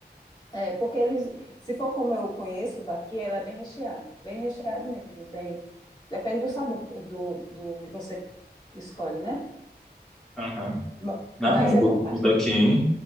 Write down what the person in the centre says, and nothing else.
Aham.
Não,
o,
o daqui.